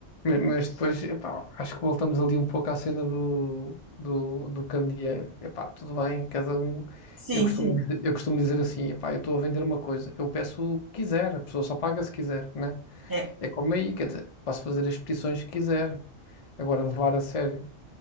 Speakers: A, on the left; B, on the right.
A: mas mas depois, epá, acho que voltamos ali um pouco à cena do, do, do candeeiro. Epá, tudo bem, cada um.
B: Sim,
A: Eu costumo,
B: sim.
A: dizer- eu costumo dizer assim, epá, eu estou a vender uma coisa, eu peço o que quiser, a pessoa só paga se quiser, né?
B: É,
A: É como aí, quer dizer, posso fazer as petições que quiser. Agora, levar a sério